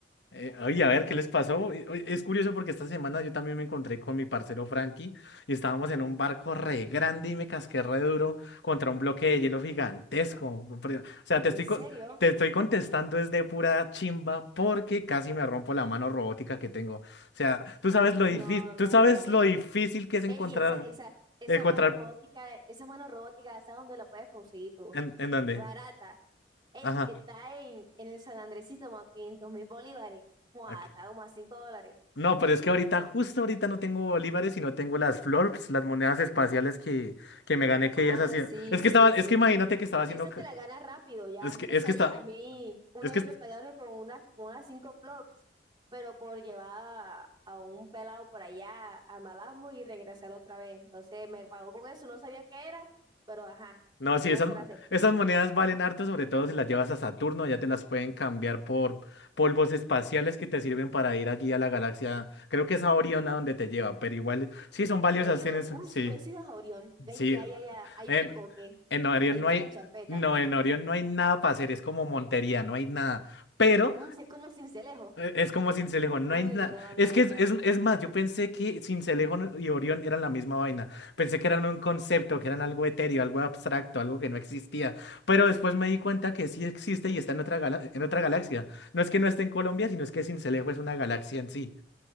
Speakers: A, on the left; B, on the right.
A: Eh, oye, a ver, ¿qué les pasó? Eh, oye, Es curioso porque esta semana yo también me encontré con mi parcero Frankie y estábamos en un barco re grande y me casqué re duro contra un bloque de hielo gigantesco. Pero, O sea, te
B: ¿En
A: estoy,
B: serio?
A: co- te estoy contestando es de pura chimba porque casi me rompo la mano robótica que tengo. O sea, tú sabes lo difícil,
B: No, no,
A: tú sabes
B: no,
A: lo
B: no.
A: difícil que es encontrar,
B: Ey, esa, esa, esa
A: encontrar,
B: mano robótica, esa mano robótica, ¿sabes dónde la puedes conseguir tú?
A: ¿en, en dónde?
B: Barata. Ey,
A: Ajá.
B: está en, en el San Andresito, como a 500 mil bolívares. Mua,
A: ok.
B: está como a 5 dólares.
A: No, pero es que ahorita, justo ahorita no tengo bolívares, sino tengo las florps, las monedas espaciales que, que me gané que
B: Ah,
A: ellas hacían.
B: sí,
A: Es
B: sí,
A: que estaba, es
B: sí.
A: que imagínate que estaba haciendo.
B: Esa
A: ca-
B: te la ganas rápido ya.
A: Es que,
B: Esa
A: es que está.
B: y- a mí una
A: Es que.
B: vez me pagaron con unas con unas cinco flops, pero por llevar a, a un pelado por allá a Malambo y regresar otra vez. Entonces me pagó con eso, no sabía qué era, pero ajá,
A: No, sí,
B: yo no
A: esas,
B: se la acepté.
A: esas monedas valen harto, sobre todo si las llevas a Saturno, ya te las pueden cambiar por polvos espaciales que te sirven para ir allí a la galaxia. Creo que es a Orión a donde te lleva, pero igual, sí, son valiosas,
B: Uy, Orión,
A: tienes,
B: uy,
A: sí,
B: tú has ido a Orión. Ay,
A: sí.
B: que hay allá, hay
A: En,
B: picoque,
A: en Orión
B: hay
A: no
B: baila
A: hay,
B: en champeta.
A: no, en Orión no hay nada para hacer, es como Montería, no hay nada. Pero
B: Uy, es como cincelejo.
A: Eh, Es como Sincelejo, no
B: Uy,
A: hay nada.
B: no, no,
A: Es que es,
B: no.
A: es, es más, yo pensé que Sincelejo no- y Orión eran la misma vaina. Pensé que eran un concepto, que eran algo etéreo, algo abstracto, algo que no existía. Pero después me di cuenta que sí existe y está en otra gala- en otra galaxia. No es que no esté en Colombia, sino es que Sincelejo es una galaxia en sí.